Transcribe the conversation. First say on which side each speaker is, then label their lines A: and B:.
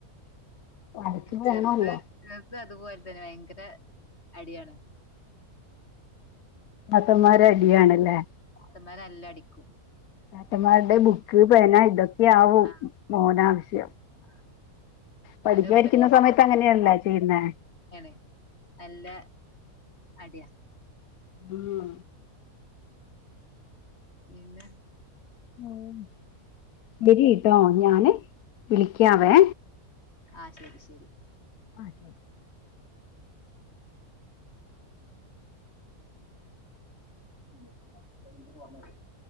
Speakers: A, on the left (about 75°); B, on the left (about 45°).
A: വഴക്ക്
B: ചെറുത്
A: വേണമല്ലോ
B: ചെറുത്‌ അതുപോലെ തന്നെ ഭയങ്കര അടിയാണ്
A: ഏട്ടന്മാര് അടിയാണല്ലേ
B: ഏട്ടന്മാര് നല്ല അടിക്കും
A: ഏട്ടന്മാരുടെ ബുക്ക് പേന
B: ഇടി-
A: ഇതൊക്കെയാവും
B: ആ
A: മോന്
B: ആ
A: ആവശ്യം
B: ആ
A: പഠിക്കാൻ
B: അവന്റെ ഉപ്പ
A: ഇരിക്കുന്ന സമയത്ത് അങ്ങനെയാണല്ലോ ചെയ്യുന്നേ
B: ആണ് നല്ല അടിയാ
A: ഉം
B: പിന്നെ
A: ഉം ശരി കേട്ടോ ഞാന് വിളിക്കാവേ.
B: ആഹ് ശരി ശരി
A: ആഹ്
B: <unintelligible>